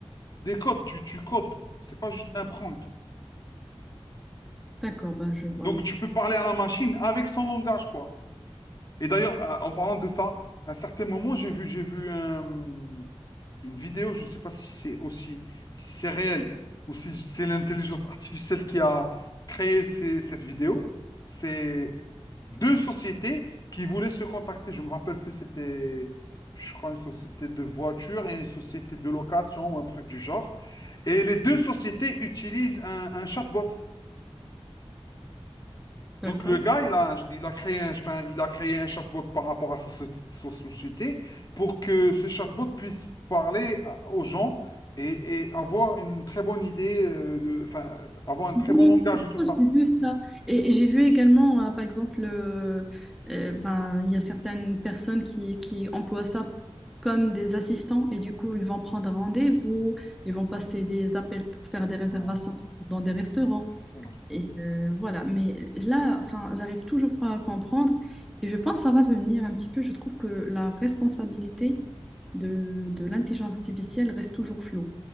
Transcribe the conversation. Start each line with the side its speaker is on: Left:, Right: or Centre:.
Left: Des codes, tu, tu codes. C'est pas juste un prompt.
Centre: d'accord, bah, je
Left: Donc,
Centre: vois un petit
Left: tu peux parler à la machine avec son langage, quoi. Et d'ailleurs, euh, en parlant de ça, à un certain moment, j'ai vu, j'ai vu un- une vidéo, je ne sais pas si c'est aussi, si c'est réel ou si c'est l'intelligence artificielle qui a créé ces- cette vidéo. C'est deux sociétés qui voulaient se contacter. Je me rappelle plus, c'était, je crois, une société de voitures et une société de location ou un truc du genre. Et les deux sociétés utilisent un un chatbot.
Centre: peu.
Left: Donc
Centre: D'accord.
Left: le gars, il a, il a créé un, enfin, il a créé un chatbot par rapport à sa, soci- sa société pour que ce chatbot puisse parler à- aux gens et, et avoir une très bonne idée, euh, de, enfin, avoir un très
Centre: Oui,
Left: bon langage
Centre: je
Left: et tout
Centre: pense
Left: ça.
Centre: que j'ai vu ça. Et, et j'ai vu également, euh, par exemple, euh, euh, ben, il y a certaines personnes qui, qui emploient ça comme des assistants et du coup, ils vont prendre rendez-vous, ils vont passer des appels pour faire des réservations
Left: Voilà.
Centre: dans des restaurants.
Left: Voilà.
Centre: Et euh, voilà, mais là, enfin, j'arrive toujours pas à comprendre et je pense que ça va venir un petit peu. Je trouve que la responsabilité de, de l'intelligence artificielle reste toujours floue.